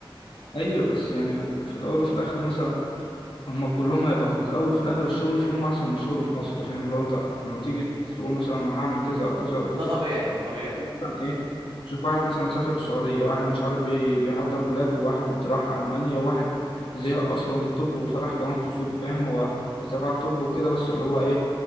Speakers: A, on the left (about 80°); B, on the right (about 80°).
A: ايوه بس يعني في في الاول وفي الاخر مثلا هما كلهم هيبقى في الاول في الاخر الشغل فيهم احسن من شغل في مصر فاهم اللي هو انت لما بتيجي تقول مثلا انا هعمل كذا او كذا او كذا
B: ده طبيعي طبيعي
A: مثلا ايه بتشوف واحد مثلا سافر السعودية واحد مش عارف بي- بيحضر بلاب وواحد راح ألمانيا وواحد زهق أصلا من الطب وفتح قناة يوتيوب فاهم هو تبع الطب وكده بس اللي هو ايه